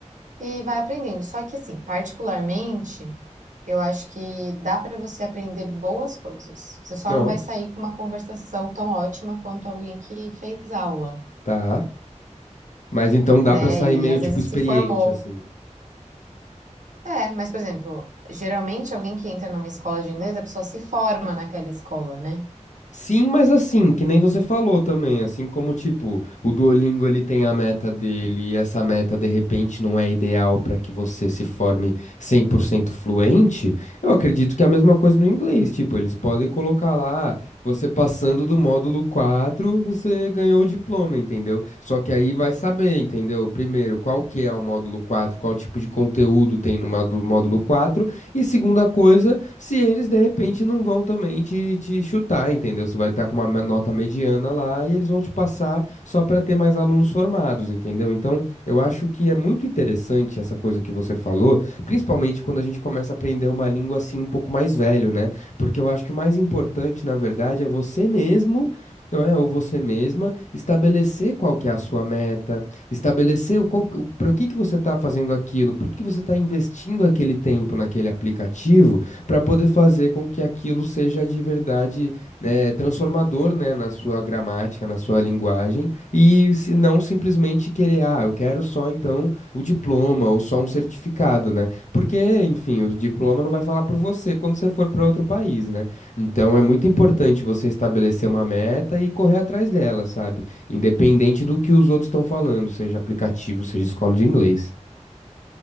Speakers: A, on the right; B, on the left.
A: e vai aprendendo. Só que, assim, particularmente, eu acho que dá para você aprender boas coisas. Você só
B: Nossa,
A: não vai sair com uma conversação tão ótima quanto alguém que fez aula,
B: tá. Mas então dá
A: né?
B: pra sair meio
A: E às
B: tipo
A: vezes
B: experiente,
A: se formou.
B: assim.
A: É, mas, por exemplo, geralmente alguém que entra numa escola de inglês, a pessoa se forma naquela escola, né?
B: Sim, mas assim, que nem você falou também, assim como, tipo, o Duolingo ele tem a meta dele e essa meta de repente não é ideal para que você se forme 100% fluente, eu acredito que é a mesma coisa no inglês, tipo, eles podem colocar lá, ah, você passando do módulo 4 você ganhou o diploma, entendeu? Só que aí vai saber, entendeu? Primeiro, qual que é o módulo 4, qual tipo de conteúdo tem no módulo módulo 4, e segunda coisa, se eles de repente não vão também te, te chutar, entendeu? Você vai estar com uma me- nota mediana lá e eles vão te passar só para ter mais alunos formados, entendeu? Então, eu acho que é muito interessante essa coisa que você falou, principalmente quando a gente começa a aprender uma língua assim um pouco mais velho, né? Porque eu acho que o mais importante, na verdade, é você mesmo, não é? Ou você mesma estabelecer qual que é a sua meta, estabelecer o qual, o, para que que você está fazendo aquilo, por que que você está investindo aquele tempo naquele aplicativo para poder fazer com que aquilo seja de verdade eh, transformador, né, na sua gramática, na sua linguagem, e se não simplesmente querer, ah, eu quero só então o diploma ou só um certificado, né? Porque, enfim, o diploma não vai falar por você quando você for para outro país, né? Então é muito importante você estabelecer uma meta e correr atrás dela, sabe? Independente do que os outros estão falando, seja aplicativo, seja escola de inglês.